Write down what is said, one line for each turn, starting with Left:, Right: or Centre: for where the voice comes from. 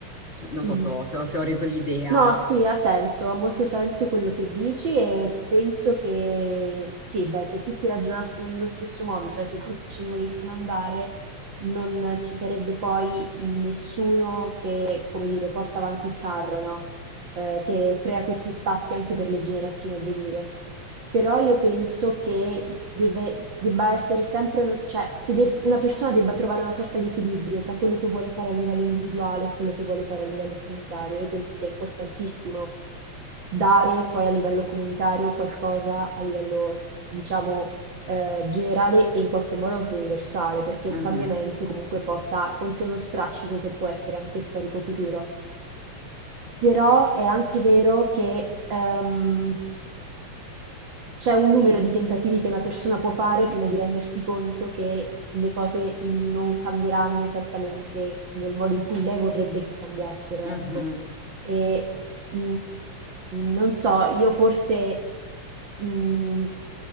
Left: Non
Right: mh-mh.
Left: so se ho se ho se ho reso l'idea.
Right: No, sì, ha senso, ha molto senso quello che dici e penso che sì, beh, se tutti ragionassimo nello stesso modo, cioè se tutti ce ne volessimo andare, non ci sarebbe poi nessuno che, come dire, porta avanti il carro, no? Eh, che crea questi spazi anche per le generazioni a venire. Però io penso che deve, debba essere sempre, cioè si de- una persona debba trovare una sorta di equilibrio tra quello che vuole fare a livello individuale e quello che vuole fare a livello comunitario. Io penso sia importantissimo dare poi a livello comunitario qualcosa a livello, diciamo, eh, generale e in qualche modo anche universale, perché un
Left: Mh-mh,
Right: cambiamento comunque porta con sé uno strascico che può essere anche storico futuro. Però è anche vero che ehm, c'è un numero di tentativi che una persona può fare prima di rendersi conto che le cose non cambieranno esattamente nel modo in cui lei vorrebbe che cambiassero,
Left: mh-mh,
Right: ecco. E mh, non so, io forse mh,